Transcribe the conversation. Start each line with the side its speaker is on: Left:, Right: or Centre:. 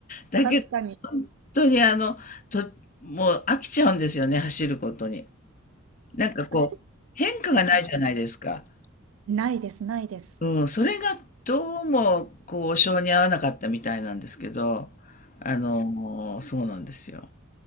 Left: だけど、
Right: 確かに。
Left: 本当にあの、と、もう飽きちゃうんですよね、走ることに。なんかこう、
Right: あれです。
Left: 変化がないじゃないですか。
Right: はいはい。ないです、ないです。
Left: うん、それがどうも、こう、性に合わなかったみたいなんですけど、あの、そうなんですよ。